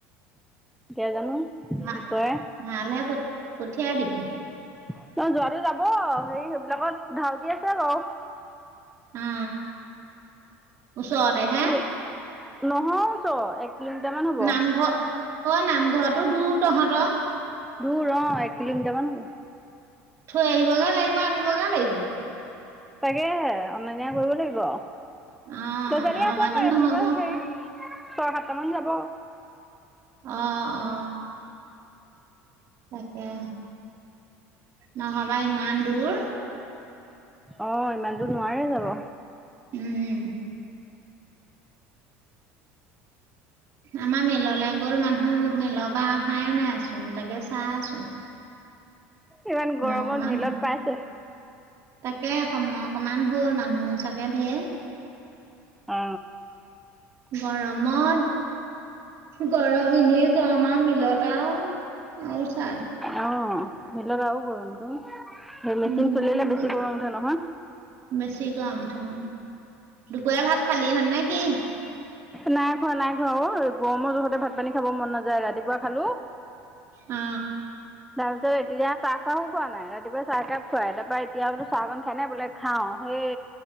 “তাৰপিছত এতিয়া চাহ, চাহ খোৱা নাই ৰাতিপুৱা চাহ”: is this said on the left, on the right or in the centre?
Centre